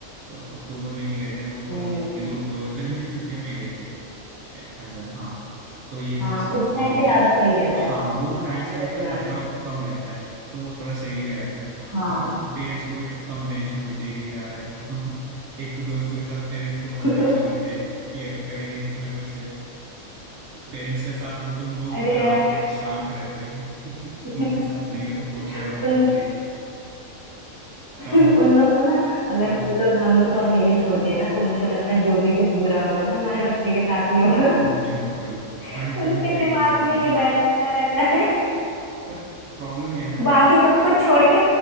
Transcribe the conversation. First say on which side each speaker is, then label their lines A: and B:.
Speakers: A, on the right; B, on the right.
A: तो अक्टूबर में नहीं गए थे हम लोग
B: हम्म।
A: थोड़ा यू नो गर्मी की छुट्टियों में ही गए थे एज एन हाँ तो ये
B: हाँ
A: था सीन
B: उस
A: तो
B: टाइम पे ज्यादा सही रहता
A: हाँ
B: है
A: वो ना लैंडस्लाइड
B: मैंने सुना
A: के खतरा
B: है
A: कम रहता है तो वो थोड़ा सही रहता है
B: हाँ
A: पेरेंट्स को भी ट- कम टेंशन होती है कि जा रहा है तो <laughs> एक तो दोस्तों के साथ पेरेंट्स को
B: <laughs>
A: बहुत टेंशन होती है कि करेंगे कुछ ना कुछ पेरेंट्स के साथ हो तो तुम लोग
B: अरे
A: आराम
B: यार
A: शांत रहते हो <laughs>
B: <laughs>
A: उनके साथ नहीं हो तो फोर श्योर
B: उन
A: मस्ती
B: <laughs>
A: हाँ हाँ
B: उन लोग को ना अगर
A: हम्म,
B: वो लोग हम लोग को अकेले छोड़ दिए ना तो उनको लगता है जो भी कुछ बुरा होगा ना हमारे बच्चे के साथ ही होगा
A: बिल्कुल
B: <laughs>
A: हंड्रेड
B: उनके
A: एंड टेन
B: दिमाग
A: परसेंट
B: में ये बैठा रहता है <laughs>
A: पर प्रॉब्लम ये है ना हाँ
B: बाकी सबको छोड़ के